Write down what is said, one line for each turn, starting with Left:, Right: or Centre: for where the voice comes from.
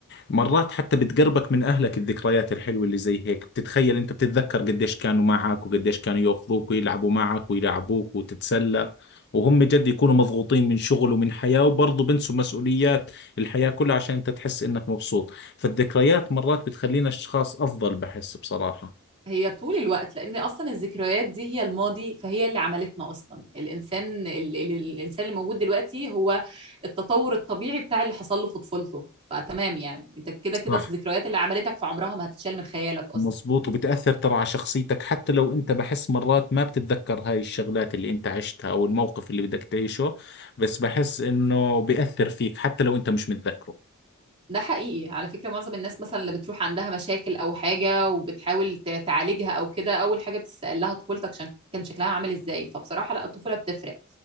Left: مرات حتى بتقربك من أهلك الذكريات الحلوة اللي زي هيك بتتخيل أنت بتتذكر قديش كانوا معك وقديش كانوا يأخذوك ويلعبوا معك ويلعبوك وتتسلى وهم جد يكونوا مضغوطين من شغل ومن حياة وبرضه بنسوا مسؤوليات الحياة كلها عشان أنت تحس إنك مبسوط فالذكريات مرات بتخلينا أشخاص أفضل بحس بصراحة
Right: هي طول الوقت لان اصلا الذكريات دي هي الماضي فهي اللي عملتنا اصلا الانسان ال- ال- الانسان اللي موجود دلوقتي هو التطور الطبيعي بتاع اللي حصل له في طفولته فتمام يعني انت كده
Left: صح
Right: كده الذكريات اللي عملتك في عمرها ما هتتشال من خيالك اصلا
Left: مظبوط وبتأثر ترى على شخصيتك حتى لو أنت بحس مرات ما بتتذكر هاي الشغلات اللي أنت عشتها أو الموقف اللي بدك تعيشه بس بحس إنه بيأثر فيك حتى لو أنت مش متذكره
Right: ده حقيقي على فكرة معظم الناس مثلا اللي بتروح عندها مشاكل او حاجة وبتحاول ت- تعالجها او كده اول حاجة بتسأل لها طفولتك عشان كان شكلها عامل ازاي فبصراحة لا الطفولة بتفرق